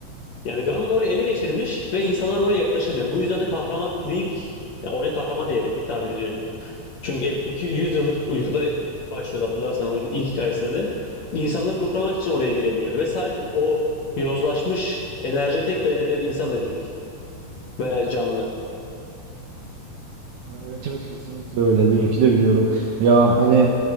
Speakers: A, on the left; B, on the right.
A: Yani Ganon orayı ele geçirmiş ve insanlar oraya yaklaşamıyor. Bu yüzden de kahraman Link ya oyuna kahraman diye hitap ediliyor çünkü e- iki- 100 yıldır uykuda başlıyordu hatırlarsan oyunun ilk hikayesinde. İnsanları kurtarmak için oraya girebiliyor. Ve sadece o yozlaşmış enerjiye tek dayanabilen insan da Link. Veya canlı.
B: Ha, Evet evet kesinlikle öyle. Link'i de biliyorum. Ya hani